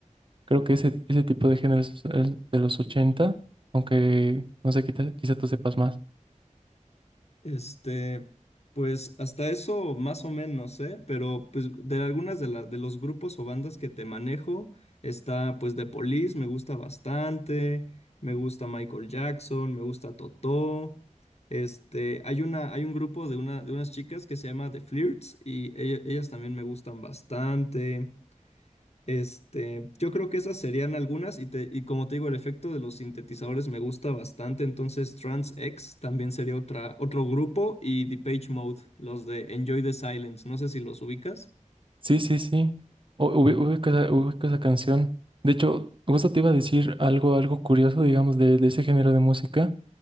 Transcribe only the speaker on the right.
creo que ese, ese tipo de géneros es de los 80, aunque no sé, quita- quizá, tú sepas más.
Sí, sí, sí. U- ube- Ubico esa, ubico esa canción. De hecho, justo te iba a decir algo, algo curioso, digamos, de, de ese género de música,